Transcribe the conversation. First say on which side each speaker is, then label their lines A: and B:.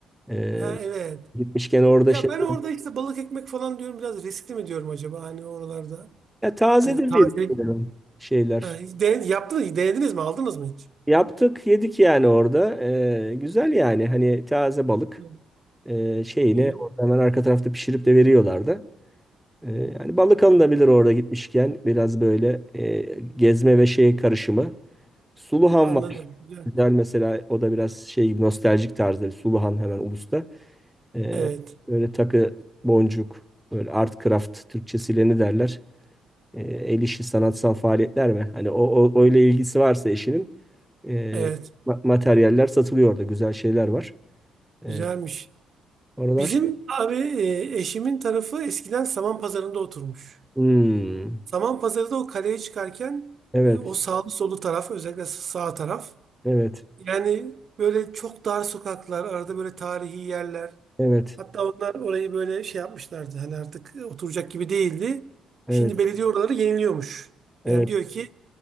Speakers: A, in the centre; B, on the right (about 50°).
A: Ee,
B: Ha evet.
A: gitmişken orada
B: Ya
A: şey.
B: ben
A: <laughs>
B: orada işte balık ekmek falan diyorum biraz riskli mi diyorum acaba hani oralarda.
A: Ya tazedir
B: Hani taze
A: diye düşünüyorum şeyler.
B: ha, hiç den- yaptınız, denediniz mi aldınız mı hiç?
A: Yaptık yedik yani orada. Ee, güzel yani hani taze balık
B: Hı.
A: ee, şeyini
B: İyi.
A: orada hemen arka tarafta pişirip de veriyorlardı. Ee, yani balık alınabilir orada gitmişken biraz böyle ee, gezme ve şey karışımı. Suluhan
B: Anladım.
A: var.
B: Güzel.
A: Güzel mesela o da biraz şey gibi nostaljik tarzda bir Suluhan hemen Ulus'ta. Ee,
B: Evet.
A: böyle takı, boncuk, böyle art craft Türkçesiyle ne derler? Ee, el işi sanatsal faaliyetler mi? Hani o, o öyle ilgisi varsa eşinin ee,
B: Evet.
A: ma- materyaller satılıyor orada. Güzel şeyler var. Ee,
B: Güzelmiş.
A: oralar
B: Bizim
A: şey.
B: abi e, eşimin tarafı eskiden Saman Pazarı'nda oturmuş.
A: Hmm,
B: Saman Pazarı'da o kaleye çıkarken
A: evet,
B: e, o sağlı solu taraf özellikle sağ taraf
A: evet,
B: yani böyle çok dar sokaklar arada böyle tarihi yerler
A: evet,
B: Hatta onlar orayı böyle şey yapmışlardı. Hani artık e, oturacak gibi değildi.
A: evet,
B: Şimdi belediye oraları yeniliyormuş.
A: evet.
B: Yani diyor ki